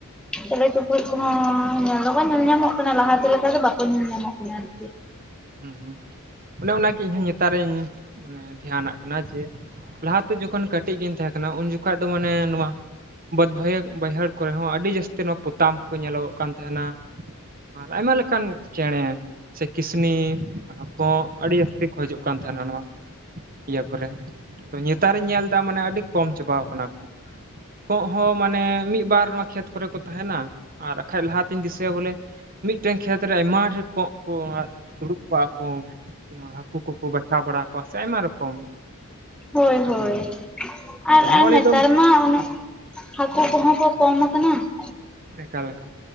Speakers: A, in the centre; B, on the right (about 40°).
A: ᱪᱮᱬᱮᱸ ᱪᱩᱯᱲᱩᱫ ᱠᱚᱦᱚᱸ ᱧᱮᱞ ᱫᱚᱠᱚ ᱧᱮᱞ ᱧᱟᱢᱚᱜ ᱠᱟᱱᱟ ᱞᱟᱦᱟᱛᱮ ᱞᱮᱠᱟ ᱫᱚ ᱵᱟᱠᱚ ᱧᱮᱞ ᱧᱟᱢᱚᱜ ᱠᱟᱱᱟ ᱟᱨᱠᱤ᱾
B: ᱦᱩᱸ ᱦᱩᱸ ᱚᱱᱮ ᱚᱱᱟᱜᱮ ᱤᱧᱦᱩᱧ ᱱᱮᱛᱟᱨ ᱨᱤᱧ ᱫᱷᱮᱭᱟᱱᱟᱜ ᱠᱟᱱᱟ ᱡᱮ ᱞᱟᱦᱟᱛᱮ ᱡᱚᱠᱷᱚᱱ ᱠᱟᱹᱴᱤᱡ ᱜᱤᱧ ᱛᱟᱦᱮᱸ ᱠᱟᱱᱟ ᱩᱱ ᱡᱚᱠᱷᱚᱡ ᱫᱚ ᱢᱟᱱᱮ ᱱᱚᱣᱟ ᱵᱟᱹᱫᱽ ᱵᱟᱹᱭ ᱵᱟᱹᱭᱦᱟᱹᱲ ᱠᱚᱨᱮ ᱦᱚᱸ ᱟᱹᱰᱤ ᱡᱟᱹᱥᱛᱤ ᱱᱚᱣᱟ ᱯᱩᱛᱷᱤ ᱛᱟᱢ ᱠᱚ ᱧᱮᱞᱚᱜᱚᱜ ᱠᱟᱱ ᱛᱟᱦᱮᱱᱟ ᱟᱨ ᱟᱭᱢᱟ ᱞᱮᱠᱟᱱ ᱪᱮᱬᱮᱸ ᱥᱮ ᱠᱤᱥᱱᱤ᱾ ᱟᱠᱚ ᱟᱹᱰᱤ ᱡᱟᱹᱥᱛᱤ ᱠᱚ ᱦᱤᱡᱩᱜ ᱠᱟᱱ ᱛᱟᱦᱮᱱᱟ ᱱᱚᱣᱟ ᱤᱭᱟᱹ ᱠᱚᱨᱮ ᱱᱮᱛᱟᱨᱤᱧ ᱧᱮᱞ ᱫᱟ ᱢᱟᱱᱮ ᱟᱹᱰᱤ ᱠᱚᱢ ᱪᱟᱵᱟᱟᱣ ᱠᱟᱱᱟ ᱠᱚ ᱾ ᱠᱚᱸᱜ ᱦᱚᱸ ᱢᱟᱱᱮ ᱢᱤᱫᱵᱟᱨ ᱱᱚᱣᱟ ᱠᱷᱮᱛ ᱠᱚᱨᱮ ᱠᱚ ᱛᱟᱦᱮᱱᱟ᱾ ᱟᱨ ᱟᱠᱷᱟᱡ ᱞᱟᱦᱟᱛᱤᱧ ᱫᱤᱥᱟᱹᱭᱟ ᱵᱚᱞᱮ ᱢᱤᱫᱴᱮᱱ ᱠᱷᱮᱛ ᱨᱮ ᱟᱭᱢᱟ ᱰᱷᱮᱨ ᱠᱚᱸᱜ ᱠᱚ ᱫᱩᱲᱩᱵ ᱠᱚᱜ-ᱟ ᱠᱚ ᱦᱟᱹᱠᱩ ᱠᱚᱠᱚ ᱵᱟᱪᱷᱟᱣ ᱵᱟᱲᱟ ᱠᱚᱣᱟ ᱥᱮ ᱟᱭᱢᱟ ᱨᱚᱠᱚᱢ᱾
A: ᱦᱳᱭ ᱦᱳᱭ
B: ᱤᱭᱟᱹ
A: ᱟᱨ
B: ᱛᱚ ᱱᱚᱜᱼᱚ
A: ᱟᱨ
B: ᱱᱤᱭᱟᱹ
A: ᱱᱮᱛᱟᱨ
B: ᱫᱚ
A: ᱢᱟ ᱩᱱᱟᱹᱜ ᱦᱟᱹᱠᱩ ᱠᱚᱦᱚᱸ ᱠᱚ ᱠᱚᱢ ᱟᱠᱟᱱᱟ ᱾
B: ᱪᱮᱠᱟ ᱞᱮᱠᱟ